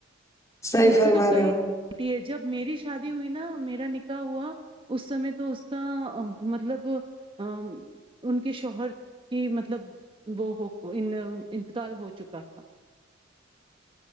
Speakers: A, on the left (about 15°); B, on the right (about 25°).
A: صحیح
B: مجھ
A: فرما
B: سے تو کئی
A: رہے ہو
B: چھوٹی ہے جب میری شادی ہوئی نا میرا نکاح ہوا اس سمے تو اس کا مطلب ا ان کے شوہر کی مطلب وہ انتقال ہو چکا تھا
A: <inaudible>